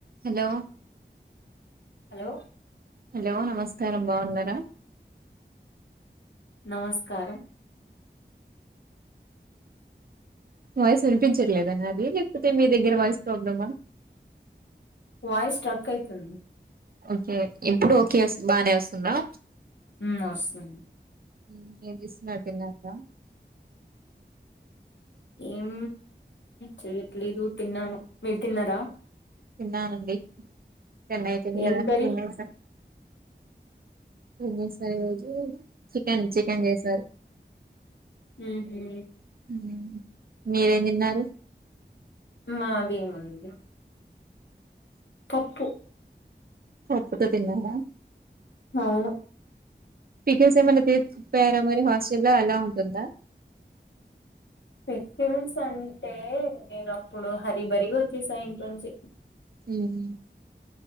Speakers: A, on the right; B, on the left.
A: Hello
B: hello
A: hello నమస్కారం బాగున్నారా?
B: నమస్కారం
A: వాయిస్ వినిపించట్లేద నాది, లేకపోతే మీ దగ్గర వాయిస్ ప్రాబ్లమా?
B: వయిస్ స్టక్ ఐతుంది.
A: ఓకే ఇప్పుడు ఓకే స్ బానే వస్తుందా?
B: ఉమ్ వస్తుంది
A: ఉమ్ ఏం చేస్తున్నారు, తిన్నార?
B: ఏం చెయట్లేదు తిన్నాను. మీరు తిన్నారా?
A: తిన్నానండి. టెన్ అయితుంది
B: ఏం
A: గదా.
B: కర్రీ
A: తినేసా ఏం చేసార్. ఈ రోజు చికెన్ చికెన్ చేసారు.
B: ఉహ్ హు
A: ఉమ్ మీరేం తిన్నారు?
B: మదేముంది. పప్పు
A: పప్పుతో తిన్నారా?
B: అవును
A: పికిల్స్ ఏమైనా తీసుకుపోయారా, మరి హాస్టల్ లో ఎలొ ఉంటుందా?
B: సికిల్స్ అంటే. నేను అప్పుడు హరిబరిగా వచ్చేసా. ఇంట్లోంచి
A: ఉహ్